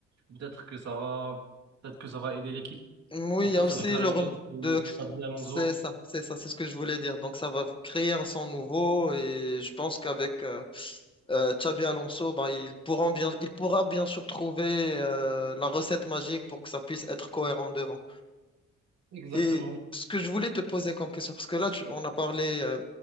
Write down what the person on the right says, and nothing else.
peut-être que ça va, peut-être que ça va aider l'équipe.
En
plus,
avec l'arrivée
de
Xavi Alonso,
exactement,
oui.